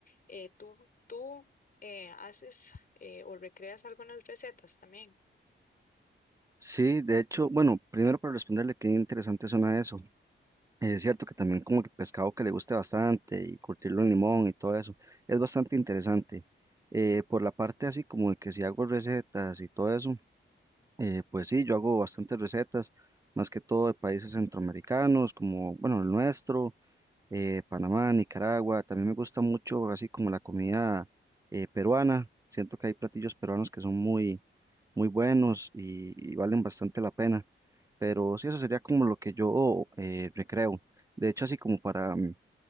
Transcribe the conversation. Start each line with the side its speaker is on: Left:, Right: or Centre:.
Left: Eh, ¿tú, tú eh, haces eh, o recreas algunas recetas también?
Right: Sí, de hecho, bueno, primero para responderle qué interesante suena eso. Eh, Es cierto que también como que pescado que le guste bastante y curtirlo en limón y todo eso, es bastante interesante. Eh, por la parte así como de que si hago recetas y todo eso, eh, pues sí, yo hago bastantes recetas, más que todo de países centroamericanos, como, bueno, el nuestro eh, Panamá, Nicaragua. También me gusta mucho así como la comida eh, peruana. Siento que hay platillos peruanos que son muy, muy buenos y, y valen bastante la pena. Pero sí, eso sería como lo que yo eh, recreo. De hecho, así como para mm,